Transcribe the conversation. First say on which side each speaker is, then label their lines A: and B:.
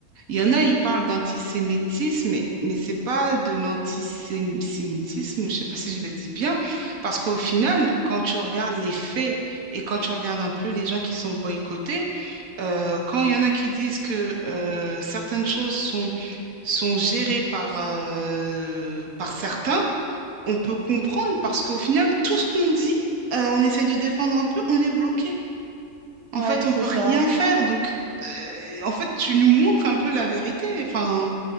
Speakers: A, on the right; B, on the right.
A: il y en a, ils parlent d'antisémitisme, mais, mais c'est pas de l'antisémitisme, je sais pas si je le dis bien, parce qu'au final, quand tu regardes les faits et quand tu regardes un peu les gens qui sont boycottés, euh, quand il y en a qui disent que euh, certaines choses sont, sont gérées par, euh, par certains, on peut comprendre parce qu'au final, tout ce qu'on dit, euh, on essaye de défendre un peu, on est bloqué. En
B: Ouais,
A: fait,
B: c'est
A: on peut
B: ça.
A: rien faire. Donc, euh, en fait, tu nous montres un peu la vérité. Enfin,